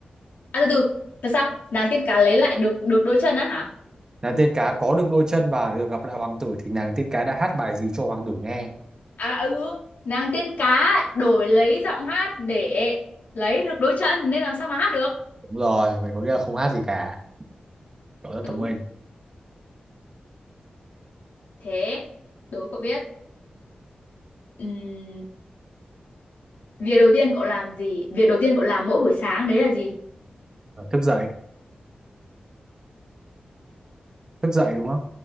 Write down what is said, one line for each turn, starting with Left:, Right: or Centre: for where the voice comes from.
Left: à từ từ là sao nàng tiên cá lấy lại được được đôi chân á hả
Right: nàng tiên cá có được đôi chân và được gặp lại hoàng tử thì nàng tiên cá đã hát bài gì cho hoàng tử nghe
Left: À ừ, nàng tiên cá đổi lấy giọng hát để lấy được đôi chân nên làm sao mà hát được.
Right: đúng rồi vậy có nghĩa là không hát gì cả cậu rất
Left: Đúng,
Right: thông minh
Left: thế, đố cậu biết. Ừm, việc đầu tiên cậu làm gì? Việc đầu tiên cậu làm mỗi buổi sáng đấy là gì?
Right: Ờ, thức dậy thức dậy đúng không